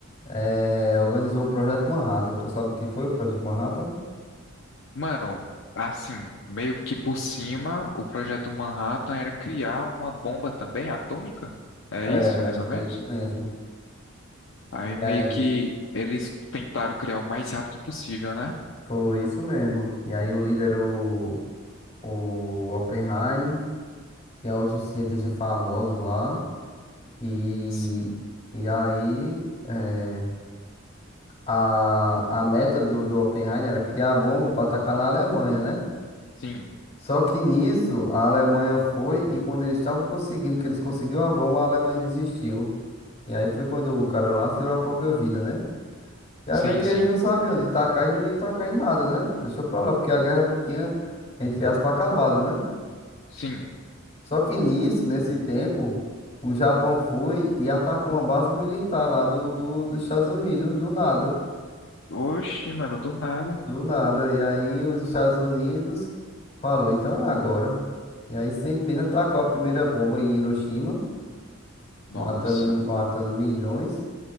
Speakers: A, on the left; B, on the left.
A: É, organizou o Projeto Manhattan. Tu sabe o que foi o Projeto Manhattan?
B: Mano, assim, meio que por cima, o projeto Manhattan era criar uma bomba também atômica? É
A: Era,
B: isso, mais ou menos?
A: é isso mesmo.
B: Aí
A: E
B: meio
A: aí,
B: que eles tentaram criar o mais rápido possível, né?
A: foi isso mesmo. E aí o líder, o, o Oppenheim, tinha outros cientistas famosos lá. E,
B: Sim.
A: e aí, é, a, a meta do, do Oppenheim era criar a bomba para atacar na Alemanha, né?
B: Sim,
A: Só que nisso, a Alemanha foi e quando eles estavam conseguindo, que eles conseguiram a bomba, a Alemanha desistiu. E aí foi quando o cara lá tirou a própria vida, né? E aí
B: sim,
A: meio que
B: sim,
A: eles não sabiam de tacar e não ia tacar em nada, né? Deixou pra lá, porque a guerra tinha, entre aspas, acabado, né?
B: sim.
A: Só que nisso, nesse tempo, o Japão foi e atacou uma base militar lá do, do, dos Estados Unidos, do nada.
B: Oxi, mano, do nada.
A: Do nada. E aí os Estados Unidos falou, então é agora. E aí sem pena tacou a primeira bomba em Hiroshima,
B: Nossa,
A: matando, matando milhões.